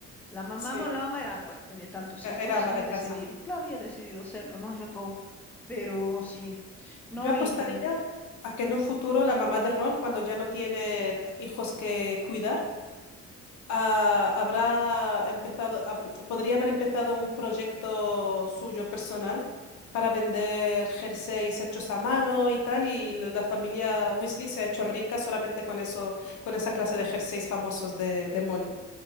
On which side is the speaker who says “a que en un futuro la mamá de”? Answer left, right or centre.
Left